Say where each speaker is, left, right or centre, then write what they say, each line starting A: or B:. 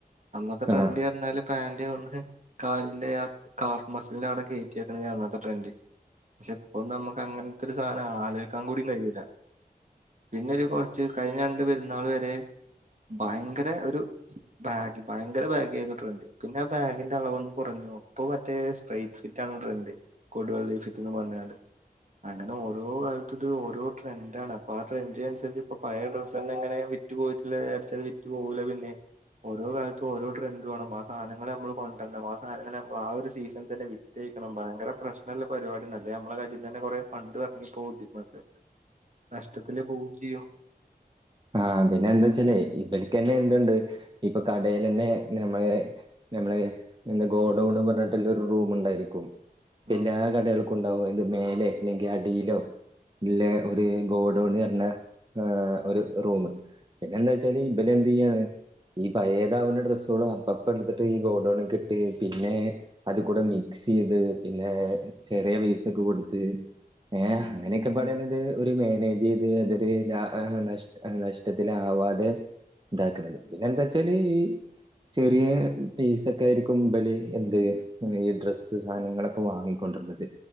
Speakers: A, on the right (about 50°); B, on the right (about 30°).
A: അന്നത്തെ ട്രെൻഡ്
B: ആഹ്
A: പറഞ്ഞല്. പാന്റ് ഒന്ന് കാലിന്റെ ആ കാഫ് മസലിന്റെ അവിടെ കയറ്റിക്കുന്ന ഞൻന്നാത്തെ ട്രെൻഡ് പക്ഷെ ഇപ്പൊ നമുക്ക് അങ്ങനത്തെ ഒരു സാധനം ആല കേൾക്കാൻ കൂടിയും കഴുയുല്ല പിന്നെരു കുറച്ച് കഴിഞ്ഞ രണ്ട് പെരുന്നാൾ വരെ ഭയങ്കര ഒരു ബാഗി ഭയങ്കര ബാഗി ആായിരുന്നു ട്രെൻഡ് പിന്നെ ആ ബാഗിന്റെ അളവ് ഒന്ന് കുറഞ്ഞു അപ്പൊ മറ്റേ സ്ട്രൈറ്റ് ഫിറ്റ് ണ്ട് കോടിവെള്ളി ഫിറ്റ്ന്ന് പറഞ്ഞണ്ട് അങ്ങനെ ഓരോ കാലത്തൊ ഓോ ട്രെൻഡണ് അപ്പ ആൻഡ് അനുസരിച്ചപ്പോ പയ ഡ്രസ്ന്നെ അങ്ങെ വിറ്റ് പോയിട്ടില്ല വിച്ച അത് വിറ്റ് പോകുലേ പിന്നെ ഓരോ കാലത്തും ഓരോട്രൻഡറ് വേണം ആ സാധനൾ നമ്മ കൊണ്ടരണം ആ സധനങ്ങൾമ്മ ആ ഒരു സീസണ തന്നെ ക്കണം ഭയര പ്രശ്നമല്ല പരിപാടല്ലേ നമ്മുടെ കജ തന്നെറെേ ഫണ്ട് ഇറങ്ങി പോകും ഇതിന് നഷ്ടത്തില് പോവയും ചെയ്യും
B: ആഹ പിന്നെ എന്താ വച്ചല് ഇവലക്ക്ന്നെ എന്തുണ്ട് ഇപ്പൊ കടൽ തന്നെ നമ്മള് നമ്മളെ എ ഗോഡൗൺന്ന് പറഞ്ഞിട്ടല്ല ഒരു റൂം ഉണ്ടായിരിക്കും
A: ഉം
B: എല്ലാ കടകൾക്കും ഉണ്ടാവും എന്ത് മേലെ അല്ലെങ്കിൽ അ ഡീലോ ഇല്ലെ ഒരു ഗോഡ്ണങ പറഞ്ഞ ഒരു റൂമ് പിന്നെ എന്താ വെച്ചാല് ഈ ബല് എന്ത് ചെയ്യാണ് ഈ പയഏതാവുന്ന ഡ്രസ്സുകളും അപ്പപ്പ എടുത്തിട്ട് ഈ ഗോഡൗൺ കെ ഇട്ടി പിന്നെ അത് കൂടെ മിക്സ് ചെയ്ത് പിന്നെ ചെറിയ പേസ ഒക്കെ കൊടുത്ത്. ഏഹ് അങ്ങനെയൊക്കെ പാടൻ
A: ഉം
B: ഇത് ഒരു മാനേജ് ചെയ്ത് അതൊരു ല നഷ്ടത്തിലെ ആവാതെ ഇതാക്കണത് പിന്നെ എന്താ വച്ചാല് ഈ ചെറിയ പീസ ഒക്കെ ആയിരിക്കും ഇമ്പല് എന്ത് ഈ ഡ്രസ്സ് സാധനങ്ങളൊക്കെ വാങ്ങിക്കൊണ്ടിരുന്നത്